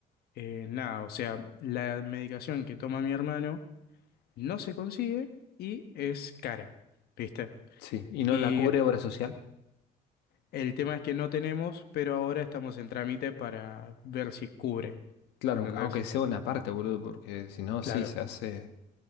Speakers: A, on the left; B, on the left.
A: eh, nada, o sea, la medicación que toma mi hermano no se consigue y es cara, ¿viste?
B: Sí. ¿Y no
A: Y
B: la cubre obra social?
A: el tema es que no tenemos, pero ahora estamos en trámite para ver si cubre,
B: Claro,
A: ¿entendés?
B: aunque aunque sea una parte, boludo, porque si no,
A: Claro.
B: sí, se hace